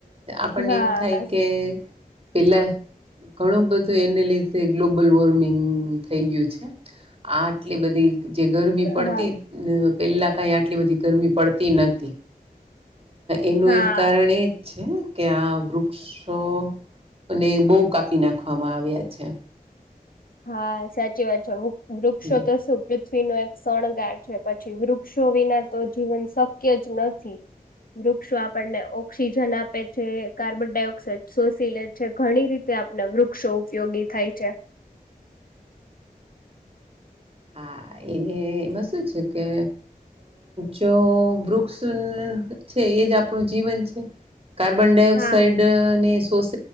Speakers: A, on the right (about 40°); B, on the left (about 70°).
A: આપણને
B: હા
A: એમ થાય કે પેલા ઘણું, બધું એને લીધે ગ્લોબલ વોર્મિંગ થઈ ગયું છે, આ આટલી બધી જે ગરમી પડતી.
B: હા
A: પહેલા કાઈ આટલી બધી, ગરમી પડતી નથી. એનું,
B: હા
A: એક કારણે છે, કે આ વૃક્ષોને, બહ કાપી નાખે ઓખવામાં આવ્યા છે.
B: હા, સાચી વાત છેૃ. વૃક્ષો
A: હમ
B: તો શું નો એક શણગાર છે, પછી વૃક્ષો વિના તો જીવન શક્ય જ, નથી. વૃક્ષો આપણને ઓક્સિજન આપે છે, કાર્બન ડાયોક્સાઇડ સોસિલેટ છે, ઘણી રીતે આપને વૃક્ષો ઉપયોગી થાય છે.
A: હા, એને એમાં શું છે, કે જો વૃક્ષ છે, એજ આપણું જીવન છે. કાર્બન ડાયોક્સાઇડ
B: હા
A: ને સોસ્